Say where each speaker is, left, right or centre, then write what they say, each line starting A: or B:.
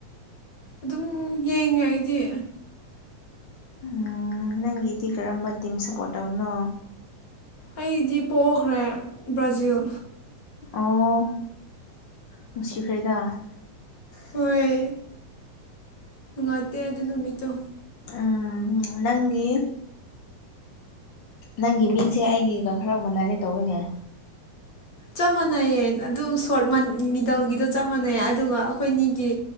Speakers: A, on the left (about 40°); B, on the left (about 85°).
A: ꯑꯗꯨꯝ ꯌꯦꯡꯉꯦ ꯑꯩꯗꯤ
B: ꯎꯝ ꯅꯪꯒꯤꯗꯤ ꯀꯔꯝꯕ ꯇꯤꯝ ꯁꯞꯄꯣꯔꯠ ꯇꯧꯕꯅꯣ
A: ꯑꯩꯗꯤ ꯄꯣꯛꯈ꯭ꯔꯦ ꯕ꯭ꯔꯥꯖꯤꯜ
B: ꯑꯣ ꯅꯨꯡꯁꯤꯈ꯭ꯔꯦꯗ
A: ꯍꯣꯏ ꯅꯨꯡꯉꯥꯏꯇꯦ ꯑꯗꯨ ꯅꯨꯃꯤꯠꯇꯣ
B: ꯎꯝ ꯅꯪꯒꯤ ꯅꯪꯒꯤ ꯃꯤꯡꯁꯦ ꯑꯩꯒꯤꯒ ꯈꯔ ꯃꯅꯒꯦ ꯇꯧꯔꯤꯅꯦ
A: ꯆꯞ ꯃꯥꯟꯅꯩꯌꯦ ꯑꯗꯨꯝ ꯁꯣꯔꯠ ꯃꯤꯗꯜꯒꯤꯗꯣ ꯆꯞ ꯃꯥꯟꯅꯩ ꯑꯗꯨꯒ ꯑꯩꯈꯣꯏꯅꯤꯒꯤ